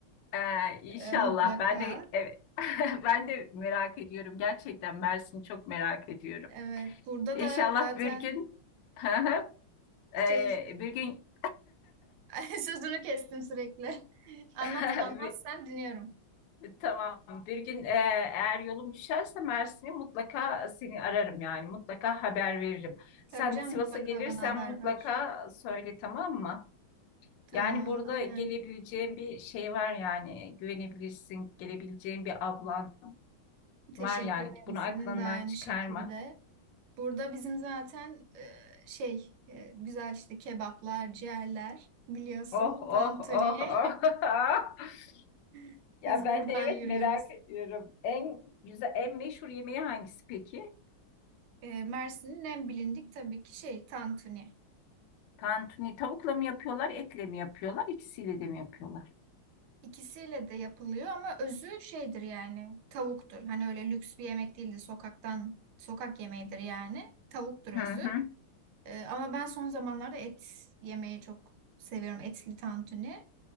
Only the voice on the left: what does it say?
ee, inşallah
ben de evet <laughs> ben de merak ediyorum gerçekten Mersin'i çok merak ediyorum.
İnşallah
bir gün <laughs>
ee, bir gün
<laughs>
<laughs>
Tamam. Bir gün e, eğer yolum düşerse Mersin'e mutlaka seni ararım yani. Mutlaka haber veririm.
Sen
Sivas'a
gelirsen
mutlaka
söyle tamam mı?
Yani burada
gelebileceğin bir şey var yani. Güvenebilirsin. Gelebileceğin bir ablan
var yani.
Bunu aklından
çıkarma.
Oh oh
oh oh. <laughs>
Ya
ben
de evet
merak ediyorum. En güzel, en meşhur yemeği hangisi peki?
Tantuni tavukla mı yapıyorlar, etle mi yapıyorlar, ikisiyle de mi yapıyorlar?
Hı hı,